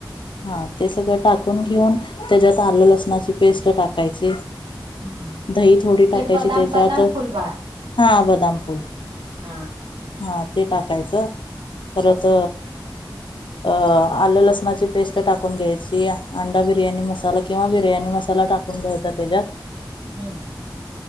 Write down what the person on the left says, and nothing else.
हा ते सगळं टाकून घेऊन त्याच्यात आलं लसणाची पेस्ट टाकायची.
दही थोडी
टाकायची
त्याच्यात
हा बदाम फूल.
हा ते टाकायचं
परत. अ आलं लसणाची पेस्ट टाकून घ्यायची अंडा बिर्याणी मसाला किंवा बिर्याणी मसाला टाकून घ्यायचा त्याच्यात